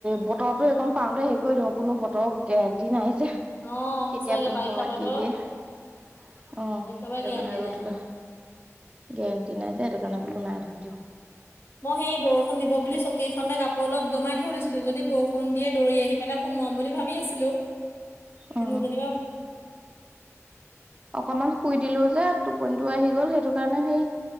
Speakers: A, on the right; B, on the left.
A: বতৰটো এইকণ পাওঁতে হেৰি দিওঁ কোনো বতৰৰ গেৰেণ্টি নাই যে।
B: অ'
A: কেতিয়া
B: সঁচাকে
A: কোন
B: বাৰিষা
A: সময়ত
B: বতৰ
A: কি দিয়ে অঁ
B: একেবাৰে
A: সেইটো
B: গেৰেণ্টি
A: কাৰণে ৰ'দ
B: নাই।
A: হলে গেৰেণ্টি নাই যে সেইটো কাৰণে বোলো নাই ধুই দিওঁ।
B: মই সেই বৰষুণ দিব বুলি চকী এখনতে কা পোৰ অলপ দমাই থৈ দিছিলো, যদি বৰষুণ দিয়ে দৌৰি আহি পেলাই সোমোৱাম বুলি ভাবি আছিলো। কিন্তু
A: অ
B: যেনিবা
A: অকমান শুই দিলো যে, টোপনিটো আহি গল সেইটো কাৰণে সেই